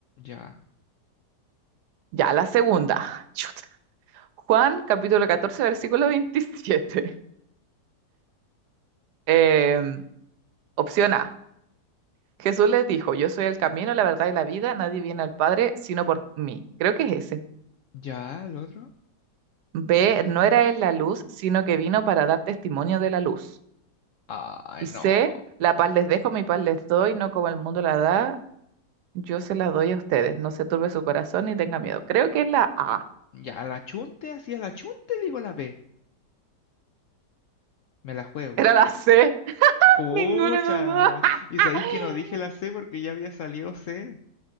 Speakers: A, on the left; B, on the right.
A: ya.
B: Ya la segunda. Juan, capítulo catorce versículo veintisiete Eh, opción A. Jesús les dijo, yo soy el camino, la verdad y la vida, nadie viene al Padre sino por mí. Creo que es ese.
A: Ya, el otro.
B: B. No era él la luz, sino que vino para dar testimonio de la luz.
A: Ah,
B: Y
A: no.
B: C. La paz les dejo, mi paz les doy, no como el mundo la da, yo se la doy a ustedes. No se turbe su corazón ni tenga miedo. Creo que es la A.
A: Ya, la chunte, así a la chunte digo la B. Me la juego.
B: Era la C. <laughs>
A: Pucha.
B: Ninguna de las dos.
A: Y
B: <laughs>
A: sabéis que no dije la C porque ya había salido C.